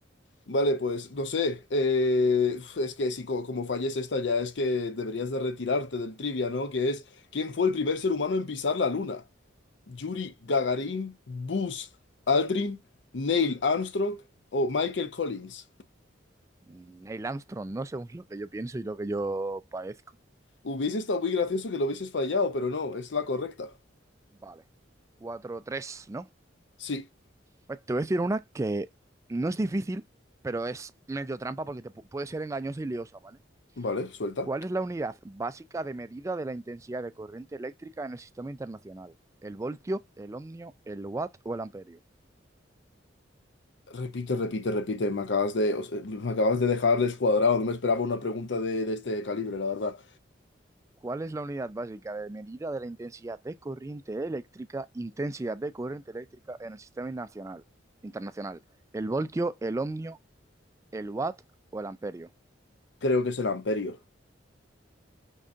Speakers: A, on the left; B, on the right.
A: Vale, pues no sé. eh, uf, es que si co- como falles esta ya es que deberías de retirarte del trivia, ¿no? Que es, ¿quién fue el primer ser humano en pisar la luna? ¿Yuri Gagarin,
B: Eh,
A: Buzz Aldrin, Neil Armstrong o Michael Collins?
B: Neil Armstrong, ¿no? Según lo que yo pienso y lo que yo padezco.
A: Hubiese estado muy gracioso que lo hubieses fallado, pero no, es la correcta.
B: vale. cuatro tres ¿no?
A: Sí,
B: Pues te voy a decir una que no es difícil, pero es medio trampa porque te pu- puede ser engañosa y liosa, ¿vale?
A: vale, suelta.
B: ¿Cuál es la unidad básica de medida de la intensidad de corriente eléctrica en el sistema internacional? ¿El voltio, el ohmio, el watt o el amperio?
A: Repite, repite, repite. Me acabas de, o sea, me acabas de dejar descuadrado. No me esperaba una pregunta de, de este calibre, la verdad.
B: ¿Cuál es la unidad básica de medida de la intensidad de corriente eléctrica, intensidad de corriente eléctrica en el sistema nacional, internacional? ¿El voltio, el ohmio, el watt o el amperio?
A: Creo que es el amperio.